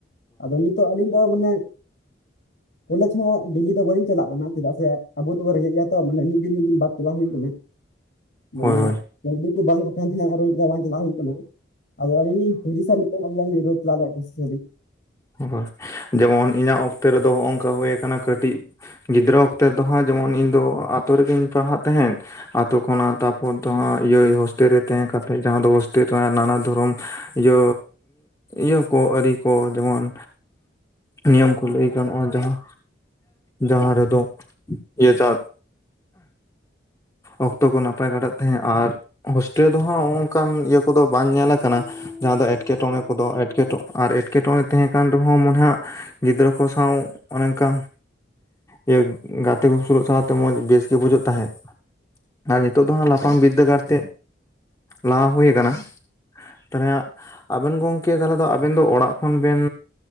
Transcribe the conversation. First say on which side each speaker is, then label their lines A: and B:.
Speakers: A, on the left; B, on the left.
A: ᱟᱫᱚ ᱱᱤᱛᱚᱜᱼᱼ ᱟᱹᱞᱤᱧ ᱫᱚ ᱢᱟᱱᱮ ᱠᱚᱞᱮᱡᱽ ᱦᱚᱸ ᱰᱮᱞᱤ ᱫᱚ ᱵᱟᱹᱞᱤᱧ ᱪᱟᱞᱟᱜ ᱠᱟᱱᱟ, ᱪᱮᱫᱟᱜ ᱥᱮ ᱟᱵᱚ ᱫᱚᱵᱚᱱ ᱨᱮᱸᱜᱮᱡ ᱜᱮᱭᱟᱼᱼ ᱢᱟᱱᱮ ᱢᱤᱫ ᱫᱤᱱ ᱢᱤᱫ ᱫᱤᱱ ᱵᱟᱫ ᱪᱟᱞᱟ ᱦᱩᱭᱩᱜ ᱠᱟᱱᱟ᱾ ᱢᱟᱱᱮ
B: ᱦᱳᱭ ᱦᱳᱭ
A: ᱠᱟᱹᱣᱰᱤ ᱠᱚ ᱵᱟᱝᱠᱚ ᱠᱟᱱ ᱛᱟᱦᱮᱸᱱᱟ ᱨᱳᱡᱽᱟᱨ ᱵᱟᱝ ᱪᱟᱟᱜᱣ ᱦᱩᱭᱩᱜ ᱠᱟᱱᱟ ᱟᱫᱚ ᱟᱹᱞᱤᱧ ᱞᱤᱧ ᱦᱩᱡᱤᱥᱟᱱᱼᱼ ᱨᱳᱡᱽ ᱪᱟᱞᱟᱜ <unintelligible>
B: ᱦᱳᱭ ᱡᱮᱢᱚᱱ ᱤᱧᱟᱹᱜ ᱚᱠᱛᱮ ᱨᱮᱫᱚ ᱦᱚᱜ ᱱᱚᱝᱠᱟ ᱦᱩᱭ ᱠᱟᱱᱟ ᱠᱟᱹᱴᱤᱡᱼᱼ ᱜᱤᱫᱽᱨᱟᱹ ᱚᱠᱛᱮ ᱫᱚ ᱦᱟᱸᱜ ᱡᱮᱢᱚᱱ ᱤᱧ ᱫᱚ ᱟᱛᱳ ᱨᱮᱜᱤᱧ ᱯᱟᱲᱦᱟᱜ ᱛᱟᱦᱮᱸᱫ, ᱟᱨ ᱛᱳᱠᱷᱚᱱᱟᱜ ᱛᱟᱨᱯᱚᱨ ᱫᱚ ᱦᱳᱥᱴᱮᱞ ᱨᱮ ᱛᱟᱦᱮᱸ ᱠᱟᱛᱮ ᱡᱟᱦᱟᱸ ᱫᱚ ᱦᱳᱥᱴᱮᱞ ᱨᱮ ᱱᱟᱱᱟ ᱫᱷᱚᱨᱚᱢ ᱤᱭᱟᱹ ᱤᱭᱟᱹ ᱠᱚ ᱟᱹᱨᱤ ᱠᱚ ᱡᱮᱢᱚᱱᱼᱼ ᱱᱤᱭᱚᱢ ᱠᱚ ᱞᱟᱹᱭ ᱜᱟᱱᱚᱜᱼᱟ ᱡᱟᱦᱟᱸ ᱡᱟᱦᱟᱸ ᱨᱮᱫᱚ ᱤᱭᱟᱹ ᱪᱟ ᱚᱠᱛᱚ ᱠᱚ ᱱᱟᱯᱟᱭ ᱠᱟᱰᱟᱜ ᱛᱟᱦᱮᱸᱜ ᱟᱨ ᱦᱳᱥᱴᱮᱞ ᱨᱮ ᱦᱟᱸᱜ ᱱᱚᱝᱠᱟᱱ ᱤᱭᱟᱹ ᱠᱚᱫᱚ ᱵᱟᱝ ᱧᱮᱞᱼᱼ ᱠᱟᱱᱟ ᱡᱟᱦᱟᱸ ᱫᱚ ᱮᱴᱠᱮᱴᱚᱬᱮ ᱠᱚᱫᱚ ᱮᱴᱠᱮ ᱟᱨ ᱮᱴᱠᱮᱴᱚᱬᱮᱼᱼ ᱛᱟᱦᱮᱸ ᱠᱟᱱ ᱨᱮᱦᱚᱸ ᱢᱚᱱᱮ ᱦᱟᱜ ᱜᱤᱫᱽᱨᱟᱹ ᱠᱚ ᱥᱟᱶ ᱚᱱᱮᱠᱟ᱾ ᱤᱭᱟᱹ ᱜᱟᱛᱮ ᱠᱚ ᱥᱩᱞᱩᱜ ᱥᱟᱞᱟᱜᱛᱮ ᱢᱚᱸᱡᱽ ᱵᱮᱥ ᱜᱮ ᱵᱩᱡᱟᱹᱜ ᱛᱟᱦᱮᱸᱫ᱾ ᱟᱨ ᱱᱤᱛᱚᱜ ᱫᱚ ᱦᱟᱸᱜ ᱞᱟᱯᱷᱟᱝ ᱵᱤᱫᱽᱫᱟᱹᱜᱟᱲ ᱛᱮᱼᱼ ᱞᱟᱦᱟ ᱦᱩᱭ ᱟᱠᱟᱱᱟ ᱛᱟᱦᱚᱞᱮ ᱟᱵᱮᱱ ᱜᱚᱢᱠᱮ ᱛᱟᱦᱚᱞᱮ ᱟᱵᱮᱱ ᱫᱚ ᱚᱲᱟᱜ ᱠᱷᱚᱱᱼᱼ ᱟᱵᱮᱱ